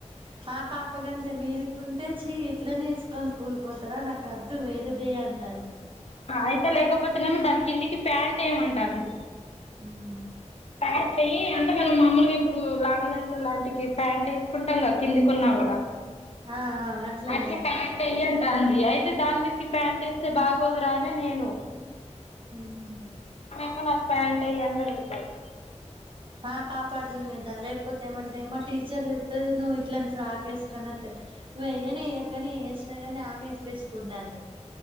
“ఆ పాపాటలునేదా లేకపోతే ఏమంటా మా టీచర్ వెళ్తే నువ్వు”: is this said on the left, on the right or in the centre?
Right